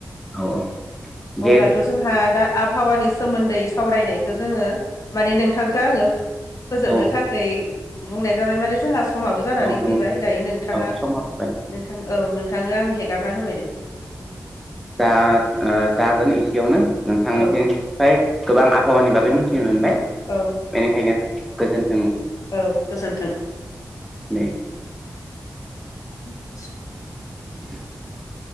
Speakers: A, in the centre; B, on the left.
A: औ औ दे
B: अब्लाथ' जोंहा दा आबहावानि सोमोन्दै सावरायनायखौ जोङो माने नोंथांखौ आङो फोजोबनो
A: ओ
B: थाखै बुंनाय जाबाय माने जोंहा समाबो जानानै
A: औ नंगौ
B: फैबाय दायो नोंथाङा
A: औ समा जाबाय
B: नोंथां औ नोंथांनो आं हेगारना होबाय दे। उम।
A: दा जागोन एसेयावनो नोंथांनिफ्राय
B: औ
A: गोबां आबहावानि बागै मोनथिनो मोनबाय
B: औ
A: बेनिखायनो गोजोन
B: औ गोजोन्थों।
A: नै
B: <unintelligible>
A: <unintelligible>